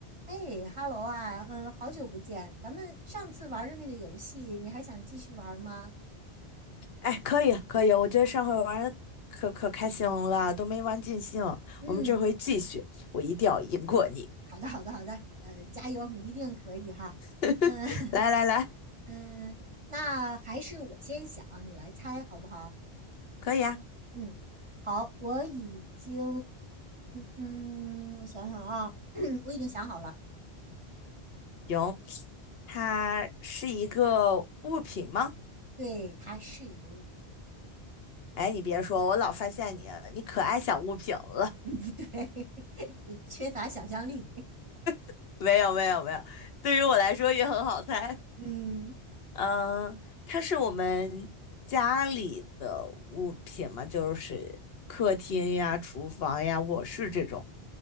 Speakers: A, on the right; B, on the left.
A: 哎哈喽啊，嗯，好久不见，咱们上次玩的那个游戏，你还想继续玩吗？
B: 哎，可以可以，我觉得上回玩的可可开心了，都没玩尽兴。
A: 嗯，
B: 我们这回继续，我一定要赢过你。
A: 好的，好的，好的，呃，加油，你一定可以哈。
B: <laughs>
A: 嗯 <laughs>
B: 来来来，
A: 嗯，那还是我先想，你来猜好不好？
B: 可以啊，
A: 嗯，好，我已经，嗯，我想想啊，<clears throat> 我已经想好了，
B: 行。它是一个物品吗？
A: 对，它是一个物品，
B: 哎，你别说，我老发现你，你可爱想物品了。
A: <laughs> 嗯，不对，<laughs> 缺乏想象力，
B: <laughs> 没有没有没有，对于我来说也很好猜。
A: <laughs> 嗯。
B: 嗯，它是我们家里的物品嘛，就是客厅呀、厨房呀、卧室这种。